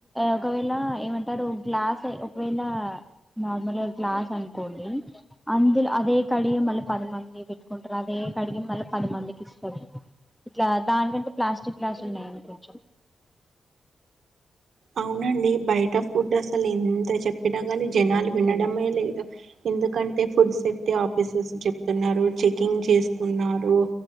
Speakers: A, in the centre; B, on the right.
A: ఒకవేళ ఏమంటారు గ్లాస్ ఒకవేళ నార్మల్ గ్లా గ్లాస్ అనుకోండి అందులో అదే కడిగి మళ్ళ పదిమంది పెట్టుకుంటారు అదే కడి మళ్ళ ప మందికి ఇస్తారు ఇట్లా దానికంటే ప్లాస్టిక్ గ్లాస్ నయం కొంచెం
B: అవునండి బయట ఫుడ్ అసలు ఎంత చెప్పినా కాని జనాలు వినడమే లేదు ఎందుకంటే ఫుడ్ సేఫ్టీ ఆఫీసర్స్ చెప్తున్నారు చెకింగ్ చేస్తున్నారు